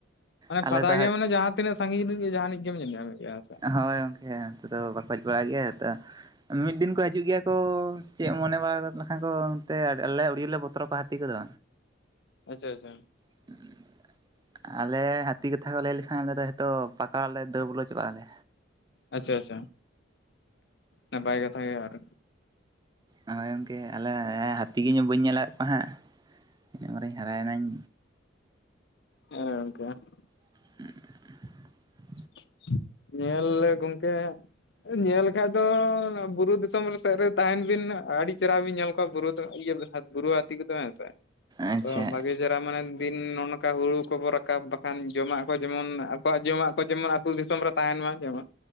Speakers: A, on the left; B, on the right.
A: ᱢᱟᱱᱮ
B: ᱟᱞᱮ
A: ᱯᱷᱟᱫᱟ
B: ᱫᱚ
A: ᱜᱮᱭᱟ ᱢᱟᱱᱮ ᱡᱟᱦᱟᱸ ᱛᱤᱱᱟᱹᱜ ᱥᱟᱺᱜᱤᱧ ᱨᱮᱱ ᱜᱮ ᱡᱟᱦᱟᱱᱤᱡ ᱜᱮᱢ ᱧᱮᱞᱧᱟᱢᱮ ᱜᱮᱭᱟ ᱥᱮ᱾
B: ᱦᱳᱭ ᱚᱢᱠᱮ ᱱᱚᱛᱮ ᱫᱚ ᱵᱟᱠᱚ ᱦᱮᱡ ᱵᱟᱲᱟᱜ ᱜᱮᱭᱟ ᱛᱚ ᱢᱤᱫ ᱫᱤᱱ ᱠᱚ ᱦᱤᱡᱩᱜ ᱜᱮᱭᱟ ᱠᱚᱻ ᱪᱮᱫ ᱢᱚᱱᱮ ᱵᱟᱲᱟ ᱜᱚᱫ ᱞᱮᱠᱷᱟᱱ ᱠᱚ ᱚᱱᱛᱮ ᱟᱞᱮ ᱩᱲᱤᱭᱚᱨ ᱞᱮ ᱵᱚᱛᱚᱨ ᱟᱠᱚᱣᱟ ᱦᱟᱹᱛᱤ ᱠᱚᱫᱚ᱾
A: ᱟᱪᱪᱷᱟ ᱟᱪᱪᱷᱟ᱾
B: <inaudible> ᱟᱞᱮᱻ ᱦᱟᱹᱛᱤ ᱠᱟᱛᱷᱟ ᱠᱚ ᱞᱟᱹᱭ ᱞᱮᱠᱷᱟᱱ ᱟᱞᱮ ᱫᱚ ᱡᱷᱚᱛᱚ ᱯᱟᱠᱟ ᱚᱲᱟᱜ ᱞᱮ ᱫᱟᱹᱲ ᱵᱚᱞᱚ ᱪᱟᱵᱟᱜ ᱟᱞᱮ᱾
A: ᱟᱪᱪᱷᱟ ᱟᱪᱪᱷᱟ ᱱᱟᱯᱟᱭ ᱠᱟᱛᱷᱟ ᱜᱮ ᱟᱨ
B: ᱦᱳᱭ ᱜᱚᱢᱠᱮ ᱟᱞᱮᱻ ᱦᱟᱹᱛᱤᱜᱮ ᱤᱧ ᱦᱚᱸ ᱵᱟᱹᱧ ᱧᱮᱞ ᱟᱠᱟᱫ ᱠᱚᱣᱟ ᱦᱟᱸᱜ ᱤᱱᱟᱹᱜ ᱢᱟᱨᱟᱝ ᱤᱧ ᱦᱟᱨᱟᱭᱮᱱᱟ ᱤᱧ᱾
A: ᱦᱮᱸ ᱜᱚᱢᱠᱮ᱾
B: <inaudible>
A: <inaudible> ᱧᱮᱞᱻ ᱞᱮ ᱜᱚᱢᱠᱮ ᱧᱮᱞ ᱞᱮᱠᱷᱟᱡ ᱫᱚᱻ ᱚᱱᱟ ᱵᱩᱨᱩ ᱫᱤᱥᱚᱢ ᱨᱮ ᱥᱮᱫ ᱨᱮ ᱛᱟᱦᱮᱸᱱ ᱵᱤᱱ ᱱᱟᱜ᱾ ᱟᱹᱰᱤ ᱪᱮᱦᱨᱟ ᱵᱤᱱ ᱧᱮᱞ ᱠᱚᱣᱟ ᱵᱩᱨᱩ ᱫᱚ ᱤᱭᱟᱹ ᱵᱩᱨᱩ ᱦᱟᱹᱛᱤ ᱠᱚᱫᱚ ᱦᱮᱸᱥᱮ᱾
B: ᱟᱪᱪᱷᱟ
A: ᱛᱚ ᱵᱷᱟᱜᱮ ᱡᱟ ᱢᱟᱱᱮ ᱫᱤᱱ ᱱᱚᱜ-ᱚ ᱱᱚᱝᱠᱟ ᱦᱩᱲᱩ ᱠᱚᱵᱚ ᱨᱟᱠᱟᱵ ᱵᱟᱠᱷᱟᱱ ᱡᱚᱢᱟᱜ ᱠᱚ ᱡᱮᱢᱚᱱ ᱟᱠᱚᱣᱟᱜ ᱡᱚᱢᱟᱜ ᱠᱚ ᱡᱮᱢᱚᱱ ᱟᱹᱛᱩ ᱫᱤᱥᱚᱢ ᱨᱮ ᱛᱟᱦᱮᱸᱱ ᱢᱟ ᱡᱮᱢᱚᱱ